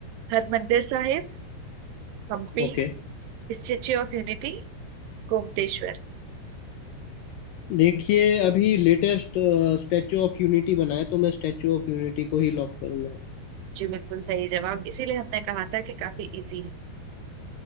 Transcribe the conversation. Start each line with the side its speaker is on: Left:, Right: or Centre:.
Right: Harmandir Sahib Hampi
Left: ओके
Right: statue of unity Gommateshwar
Left: देखिए अभी लेटेस्ट स्टैचू ऑफ यूनिटी बना है तो मैं स्टैचू ऑफ यूनिटी को ही लॉक करूंगा
Right: जी बिल्कुल सही जवाब इसीलिए हमने कहा था कि काफी इजी है